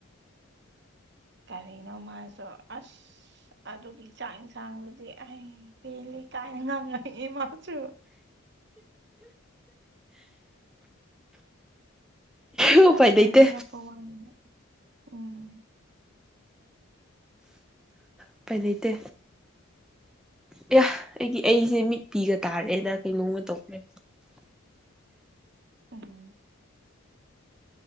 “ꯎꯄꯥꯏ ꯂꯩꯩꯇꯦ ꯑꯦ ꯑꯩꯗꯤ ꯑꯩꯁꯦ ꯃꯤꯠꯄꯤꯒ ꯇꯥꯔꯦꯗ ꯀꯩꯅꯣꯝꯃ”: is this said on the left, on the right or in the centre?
Centre